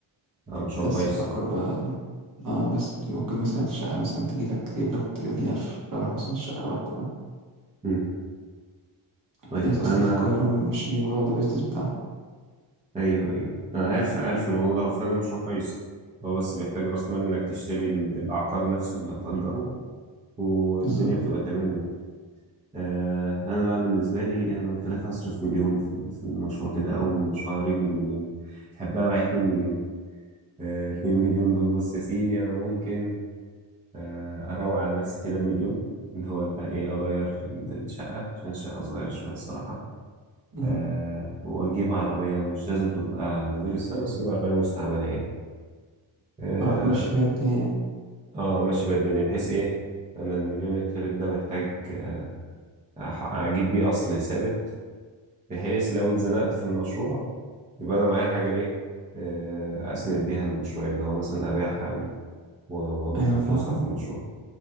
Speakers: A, on the right; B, on the right.
A: ده مشروع
B: بس
A: كويس
B: بتأجر بقى اه بس بت- ممكن مثلا الشقة مثلا تجي لك تجيب لك تلاتين ألف شهر مثلا الشقة الواحدة فاهم
A: مم. طيب
B: في ناس أصلا
A: انا
B: في القاهرة ماشيين الموضوع ده بيزنس بتاعهم
A: ايوه ايوه انا عارف عارف الموضوع ده هو فعلا مشروع كويس هو بس بيحتاج راس مال انك تشتري ال- العقار نفسه اللي هتأجره والدنيا
B: بالضبط
A: بتبقى
B: آه.
A: تمام يعني آه انا بقى بالنسبة لي انا قلت لك هصرف مليون في ال- في المشروع كده او من المشروع على رجله بمليون حبها معايا 2 مليون آه، 2 مليون دول بص يا سيدي انا ممكن آه، اروق على نفسي كده بمليون اللي هو يبقى ايه اغير ال- الشقه عشان الشقه صغيره شويه الصراحه
B: اهم.
A: أه واجيب عربيه مش لازم تبقى موديل السنه بس اجيب عربيه مستعمله يعني اه
B: آه، تمشّي <laughs> بيها الدنيا،
A: آه، ماشي بقى الدنيا بحيث ايه انا المليون التالت ده محتاج آه، أح- اجيب بيه اصل ثابت بحيث لو اتزنقت في المشروع يبقى انا معايا حاجه ايه آه، اسند بيها المشروع اللي هو مثلا ابيعها او و- واضخ
B: أيوه
A: فلوسها
B: فاهمك،
A: في المشروع